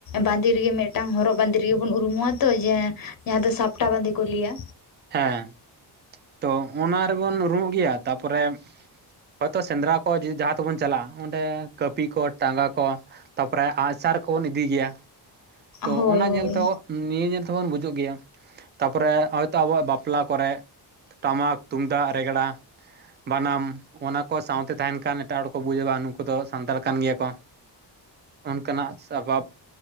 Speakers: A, on the left; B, on the right.
A: ᱵᱟᱸᱫᱮ ᱨᱮᱜᱮ ᱢᱤᱫᱴᱟᱝ ᱦᱚᱨᱚᱜ ᱵᱟᱸᱫᱮ ᱨᱮᱜᱮ ᱵᱚᱱ ᱩᱨᱩᱢᱚᱜᱼᱟ ᱛᱚ ᱡᱮ ᱡᱟᱦᱟᱸ ᱫᱚ ᱥᱟᱯᱴᱟ ᱵᱟᱸᱫᱮ ᱠᱚ ᱞᱟᱹᱭᱟ᱾
B: ᱦᱮᱸ ᱛᱚ ᱚᱱᱟ ᱨᱮᱵᱚᱱ ᱩᱨᱩᱢᱚᱜ ᱜᱮᱭᱟ ᱛᱟᱨᱯᱚᱨᱮ ᱦᱳᱭᱛᱳ ᱥᱮᱸᱫᱽᱨᱟ ᱠᱚ ᱡᱩᱫᱤ ᱡᱟᱦᱟᱸ ᱛᱮᱵᱚᱱ ᱪᱟᱞᱟᱜᱼᱟ᱾ ᱚᱸᱰᱮ ᱠᱟᱹᱯᱤ ᱠᱚ ᱴᱟᱸᱜᱟ ᱠᱚ ᱛᱟᱯᱚᱨᱮ ᱟᱜᱪᱟᱨ ᱠᱚᱵᱚᱱ ᱤᱫᱤ ᱜᱮᱭᱟ᱾ ᱛᱚ
A: ᱦᱳᱭ
B: ᱚᱱᱟ
A: ᱦᱳᱭ
B: ᱧᱮᱞ ᱛᱮᱦᱚᱸ ᱱᱤᱭᱟᱹ ᱧᱮᱞ ᱛᱮᱦᱵᱚᱱ ᱵᱩᱡᱩᱜ ᱜᱮᱭᱟ ᱛᱟᱯᱚᱨᱮ ᱛᱚ ᱟᱵᱚᱣᱟᱜ ᱵᱟᱯᱞᱟ ᱠᱚᱨᱮᱫ ᱴᱟᱢᱟᱠ ᱛᱩᱢᱫᱟᱜ ᱨᱮᱜᱽᱲᱟ᱾ ᱵᱟᱱᱟᱢ ᱚᱱᱟ ᱠᱚ ᱥᱟᱶᱛᱮ ᱛᱟᱦᱮᱱ ᱠᱷᱟᱱ ᱮᱴᱟᱜ ᱦᱚᱲ ᱠᱚ ᱵᱩᱡᱟ ᱵᱟ ᱱᱩᱠᱩ ᱫᱚ ᱥᱟᱱᱛᱟᱲ ᱠᱟᱱ ᱜᱮᱭᱟ ᱠᱚ᱾ ᱚᱱᱠᱟᱱᱟᱜ ᱥᱟᱯᱟᱵ᱾